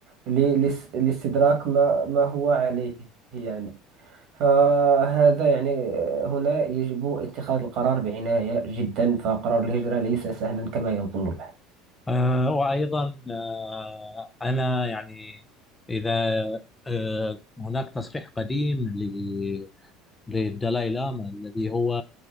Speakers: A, on the right (about 65°); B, on the left (about 20°).
A: ل... لس- لاستدراك ما ما هو عليه يعني فهذا يعني هنا يجب اتخاذ القرار بعناية جدا فقرار الهجرة ليس سهلا كما يظن البعض
B: آه وأيضا آه أنا يعني إذا آه هناك تصريح قديم ل- للدلاي لاما الذي هو